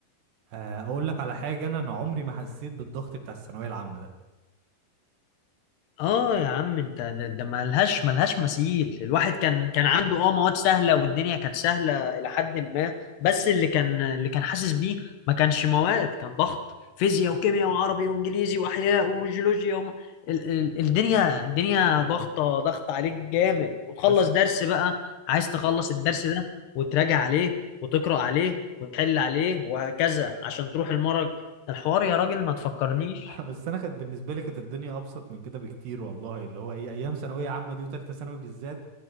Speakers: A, on the right; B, on the left.
A: آه، اقول لك على حاجة انا انا عمري ما حسيت بالضغط بتاع الثانوية العامة ده
B: اه يا عم انت ده, ده ملهاش ملهاش مثيل الواحد كان كان عنده اه مواد سهله والدنيا كانت سهله الى حد ما بس اللي كان اللي كان حاسس بيه ما كانش مواد كان ضغط فيزياء
A: أ-
B: وكيمياء وعربي وانجليزي واحياء وجيولوجيا وم... ال... ال... الدنيا الدنيا
A: ب-
B: ضغطه ضغط عليك جامد وتخلص
A: بس
B: درس بقى عايز تخلص الدرس ده وتراجع عليه وتقرا عليه وتحل عليه وهكذا عشان تروح المرج الحوار يا راجل ما تفكرنيش
A: <laughs> بس انا كانت بالنسبة لي كانت الدنيا ابسط من كده بكتير والله اللي هو ايه ايام ثانوية عامة دي وتالتة ثانوي بالذات